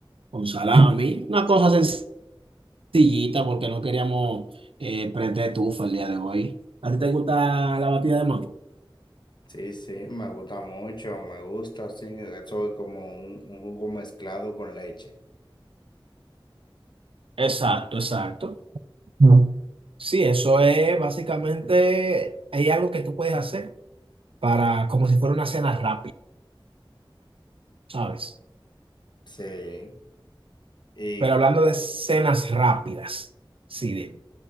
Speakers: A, on the right; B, on the left.
A: con salami, una cosa sencilla. sillita porque no queríamos eh, prender tufa el día de hoy. ¿A ti te gusta la batida de mango?
B: Sí, sí, me gusta mucho, me gusta, sí. Eso es como un, un jugo mezclado con leche.
A: Exacto, exacto. No. Sí, eso es básicamente, hay algo que tú puedes hacer para, como si fuera una cena rápida, ¿sabes?
B: Sí. Y
A: Pero hablando de cenas rápidas, sí, de-